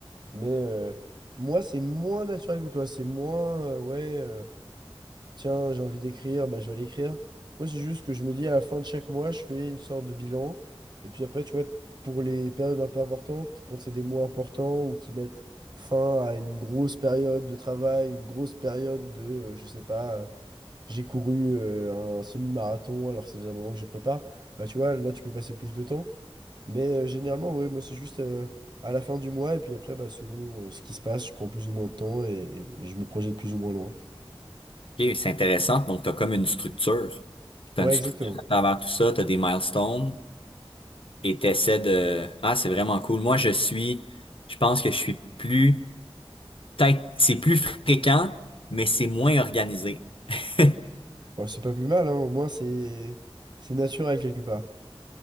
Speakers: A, on the right; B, on the left.
A: Mais euh, moi, c'est moins naturel que toi. C'est moins, euh, ouais, euh, tiens, j'ai envie d'écrire, bah je vais l'écrire. Moi, c'est juste que je me dis à la fin de chaque mois, je fais une sorte de bilan. Et puis après, tu vois, pour les périodes un peu importantes, quand c'est des mois importants ou qui mettent fin à une grosse période de travail, une grosse période de, euh, je sais pas. euh, j'ai couru euh, un semi-marathon alors que ça faisait un moment que je prépare, bah tu vois, là tu peux passer plus de temps. Mais euh, généralement, ouais, moi c'est juste euh, à la fin du mois et puis après, bah, selon euh, ce qui se passe, je prends plus ou moins de temps et, et je me projette plus ou moins loin.
B: Ok, c'est intéressant. Donc, t'as comme une structure. T'as
A: Ouais,
B: une structure
A: exactement.
B: à travers tout ça, t'as des milestones et t'essaies de, ah, c'est vraiment cool. Moi, je suis, je pense que je suis plus Peut-être, c'est plus fréquent, mais c'est moins organisé. <laughs>
A: Bon, c'est pas plus mal, hein, au moins c'est c'est naturel quelque part.